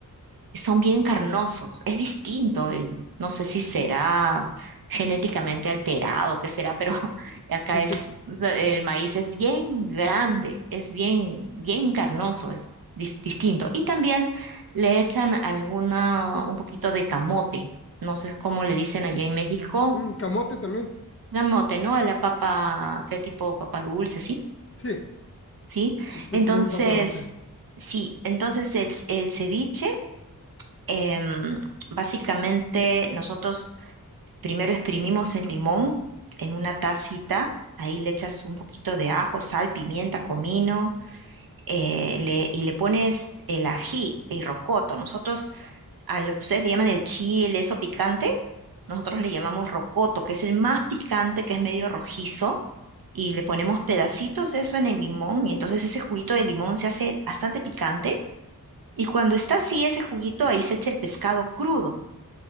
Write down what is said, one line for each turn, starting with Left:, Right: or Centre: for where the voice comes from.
Right: y son bien carnosos. Es distinto, el- no sé si será genéticamente alterado, qué será, pero <laughs> acá
Left: <laughs>
Right: es, el maíz es bien grande, es bien, bien carnoso, es dif- distinto. Y también le echan alguna, un poquito de camote. No sé cómo le dicen allá en México.
Left: Mm, camote también.
Right: Camote, ¿no? A la papa, ¿qué tipo? Papa dulce, ¿sí?
Left: Sí,
Right: ¿sí?
Left: es pe-
Right: Entonces,
Left: como el papa dulce.
Right: sí, entonces el, el ceviche, em, básicamente nosotros primero exprimimos el limón en una tacita, ahí le echas un poquito de ajo, sal, pimienta, comino, eh, le- y le pones el ají, el rocoto. Nosotros, a lo que ustedes le llaman el chile, eso picante, nosotros le llamamos rocoto, que es el más picante, que es medio rojizo y le ponemos pedacitos de eso en el limón y entonces ese juguito de limón se hace bastante picante y cuando está así ese juguito ahí se echa el pescado crudo